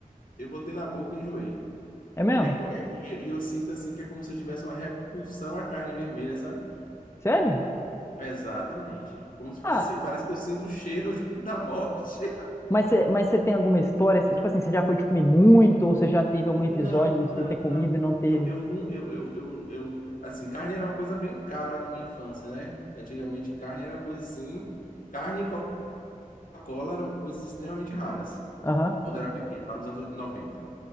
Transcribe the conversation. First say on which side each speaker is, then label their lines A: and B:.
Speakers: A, on the left (about 70°); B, on the left (about 20°).
A: eu botei na boca e enjoei.
B: É mesmo?
A: É, co- é- e, e eu sinto assim que é como se eu tivesse uma repulsão à carne vermelha, sabe?
B: Sério?
A: Exatamente. Como se fosse
B: Ah,
A: assim. Parece que eu sinto o cheiro <laughs> da morte.
B: mas você mas você tem alguma história, assim, tipo assim, você já foi de comer muito, ou você já teve algum episódio
A: Não,
B: de
A: não,
B: você ter comido
A: não.
B: e não ter...
A: Eu, eu, não, eu, eu, eu, eu, assim, carne era uma coisa bem cara na minha infância, né? Antigamente, carne era coisa assim. Carne e Coca-Cola eram coisas extremamente raras.
B: Aham,
A: Quando eu era pequeno, lá nos anos noventa